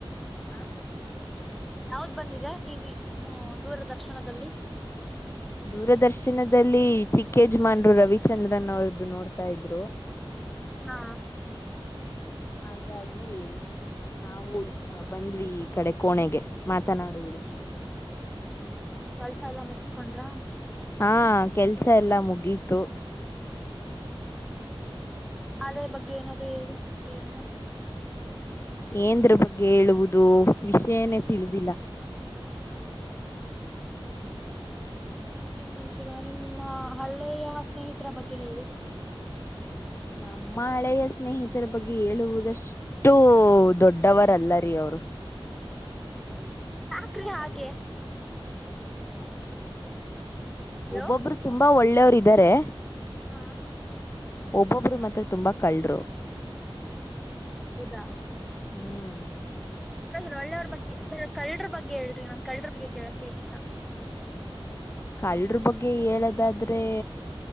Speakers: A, on the left (about 25°); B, in the centre.
A: ಹಾ
B: ಯಾವ್ದ್ ಬಂದಿದೆ ಟಿವ ವಿ ದೂರದರ್ಶನದಲ್ಲಿ
A: ದೂರದರ್ಶನದಲ್ಲಿ ಚಿಕ್ಕೇಜಮಾನ್ರು ರವಿಚಂದ್ರನ್ ಅವ್ರ್ದ ನೋಡ್ತಾ ಇದ್ರು
B: ಹಾ
A: ಹಾಗಾಗಿ ನಾವು ಬಂದ್ವಿ ಈ ಕಡೆ ಕೋಣೆಗೆ ಮಾತನಾಡುವುದ
B: ಹ ಹೌದಾ ಕೆಲ್ಸ ಎಲ್ಲಾ ಮುಗಸ್ಕೊಂಡ್ರ
A: ಹಾ ಕೆಲ್ಸ ಎಲ್ಲಾ ಮುಗೀತು
B: ಹ್ಮ್ ಮತ್ತ ಶಾಲೆಯ ಬಗ್ಗೆ ಏನಾದ್ರು ಹೇಳಿ ಕೇಳನು
A: ಏಂದ್ರ ಬಗ್ಗೆ ಹೇಳುವುದು ವಿಷಯನೇ ತಿಳಿದಿಲ್ಲ
B: ಹ್ಮ ಏನ್ ಹೇಳ್ತೀರಾ ನಿಮ್ಮ ಹಳ್ಳೆಯ ಸ್ನೇಹಿತರ ಬಗ್ಗೆ ಹೇಳಿ
A: ನಮ್ಮ ಹಳೆಯ ಸ್ನೇಹಿತರ ಬಗ್ಗೆ ಹೇಳುವುದಷ್ಟ ಅಷ್ಟು ದೊಡ್ಡವರಲ್ಲ ರೀ ಅವರು
B: ಯಾಕ್ರಿ
A: ಎಲ್ಲಾ
B: ಹಾಗೆ
A: ಕಲ್ರು
B: ಹಲೋ
A: ಒಬ್ಬೊಬ್ರು ತುಂಬಾ ಒಳ್ಳೆವರು ಇದಾರೆ
B: ಹಾ
A: ಒಬ್ಬೊಬ್ರು ಮತ್ರ ತುಂಬಾ ಕಳ್ಳರು
B: ಹೌದಾ
A: ಹ್ಮ್
B: ್ರ ಒಳ್ಳೆಯವ್ರ ಬಗ್ಗೆ ಬೇ ಕಳ್ಳ್ರ ಬಗ್ಗೆ ಹೇಳ್ರಿ ನನ್ ಕಳ್ಳ್ರ ಬಗ್ಗೆ ಕೇಳೋಕೆ ಇಷ್ಟ
A: ಕಲ್ರ್ ಬಗ್ಗೆ ಹೇಳೋದಾದ್ರೆ